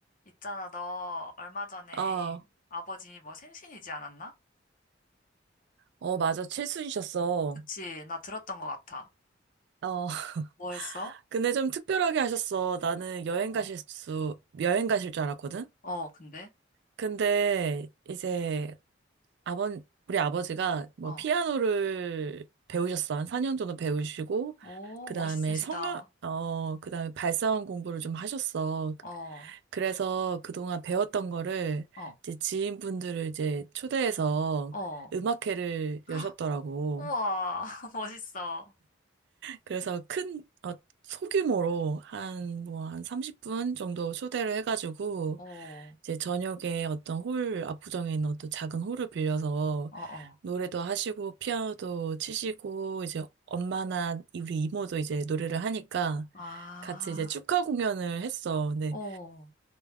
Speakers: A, on the left; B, on the right.
A: 있잖아, 너 얼마 전에
B: 아,
A: 아버지 뭐 생신이지 않았나?
B: 어, 맞아. 칠순이셨어.
A: 그치, 나 들었던 것 같아.
B: 어, <laughs>
A: 뭐 했어?
B: 근데 좀 특별하게 하셨어. 나는 여행
A: 어,
B: 가실 수, 여행 가실 줄 알았거든?
A: 어, 근데?
B: 근데 이제 아버, 우리 아버지가 뭐
A: 어,
B: 피아노를 배우셨어. 한 4년 정도 배우시고,
A: 오,
B: 그
A: 멋있으시다.
B: 다음에 성악, 어, 그 다음에 발사원 공부를 좀 하셨어.
A: 어,
B: 그래서 그동안 배웠던 거를
A: 어,
B: 이제 지인분들을 이제 초대해서
A: 어.
B: 음악회를
A: <gasps>
B: 여셨더라고.
A: 헉, 우와, <laughs> 멋있어.
B: 그래서 큰, 어, 소규모로 한, 뭐, 한 30분 정도 초대를 해가지고,
A: 어, 어,
B: 이제 저녁에 어떤 홀, 압구정에 있는 어떤 작은 홀을 빌려서
A: 어.
B: 노래도 하시고, 피아노도 치시고, 이제 엄마나 우리 이모도 이제 노래를 하니까
A: 아,
B: 같이 이제 축하 공연을 했어. 근데,
A: 어,